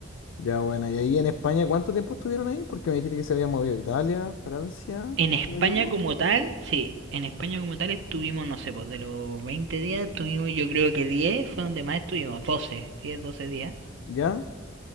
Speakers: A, on the left; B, on the right.
A: Ya, buena. ¿Y ahí en España cuánto tiempo estuvieron ahí? Porque me dijiste que se habían movido a Italia, Francia,
B: En España
A: si no me equivoco.
B: como tal, sí, en España como tal estuvimos, no sé, pues de los 20 días estuvimos yo creo que 10 fue donde más estuvimos, 12 10 12 días.
A: ¿Ya?